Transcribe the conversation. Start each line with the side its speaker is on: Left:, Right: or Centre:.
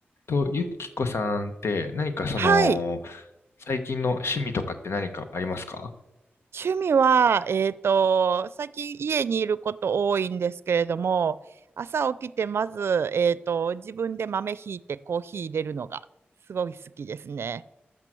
Left: と、ゆきこさんって何かその、
Right: はい。
Left: 最近の趣味とかって何かありますか
Right: 趣味は、えっと、最近家にいること多いんですけれども、朝起きてまず、えっと、自分で豆ひいてコーヒー入れるのがすごい好きですね。